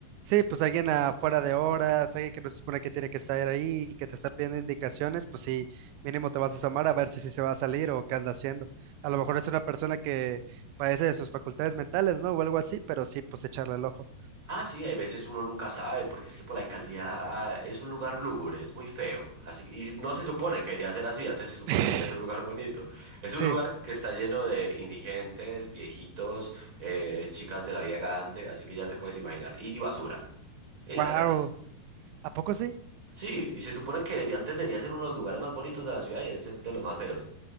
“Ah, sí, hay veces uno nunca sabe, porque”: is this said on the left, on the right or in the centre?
Right